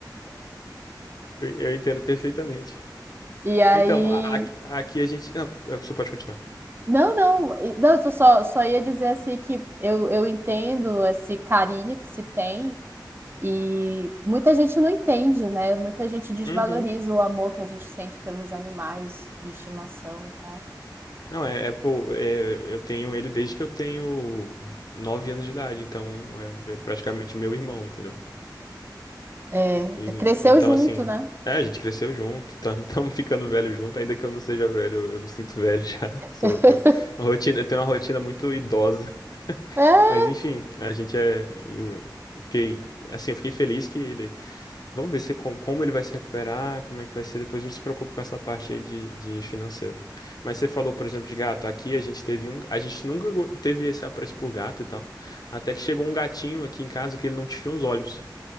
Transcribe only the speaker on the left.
Eu, eu entendo perfeitamente.
Então, a- aqui, aqui a gente. Não, é, você pode continuar.
Uhum.
Não, é, é, pô, é, eu tenho ele desde que eu tenho nove anos de idade, então é, é praticamente meu irmão, entendeu?
E-
então,
assim,
é, a gente cresceu junto, estamos <laughs> ficando velho junto, ainda que eu não seja velho, eu, eu me sinto velho já. <laughs> Sou,
tenho uma rotina, eu tenho uma rotina muito idosa. <laughs>
Mas enfim, a gente é. Eu, eu fiquei. Assim, eu fiquei feliz que ele Vamos ver se com- como ele vai se recuperar, como é que vai ser. Depois a gente se preocupa com essa parte aí de, de financeiro. Mas você falou, por exemplo, de gato. Aqui a gente teve um. A gente nunca go- teve esse apreço por gato e tal. Até que chegou um gatinho aqui em casa que ele não tinha os olhos.